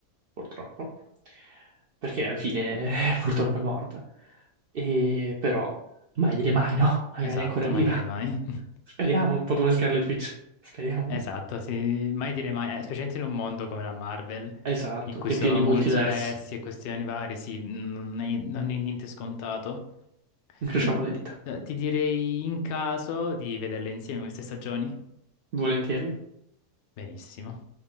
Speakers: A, on the right; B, on the left.
A: purtroppo, perché alla fine <laughs> purtroppo è morta. E però, mai dire mai, no? Magari
B: Esatto,
A: è ancora viva.
B: mai dire mai. <laughs>
A: Speriamo, un po' come Scarlet Witch. Speriamo.
B: Esatto, sì, mai dire mai, eh, specialmente in un mondo come la Marvel,
A: Esatto,
B: in cui
A: che
B: ci
A: è
B: sono
A: pieno di
B: multiversi
A: multiversi.
B: e questioni varie, sì, non è, non è niente scontato.
A: Incrociamo
B: Quindi
A: le
B: niente,
A: dita.
B: ti direi in caso di vederle insieme queste stagioni.
A: Volentieri.
B: Benissimo.